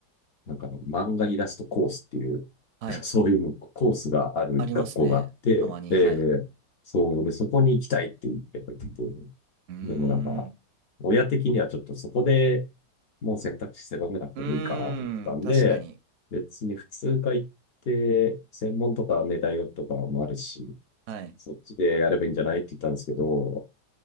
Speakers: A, on the left (about 65°); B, on the right (about 65°).
A: なんかあの漫画イラストコースっていう、
B: はい。
A: <laughs> そういうコースがある学校があって、
B: ありますね。たまに。
A: ええそうで、
B: はい。
A: そこに行きたいってやっぱり言ってて、
B: うー
A: でもなんか、
B: ん。
A: 親的にはちょっとそこでもう選択肢狭めなくてもいいかなと思ってたんで、
B: うーん。確かに。
A: 別に普通科行って、専門とかね、大学とかもあるし、
B: はい。
A: そっちでやればいいんじゃないって言ったんですけど、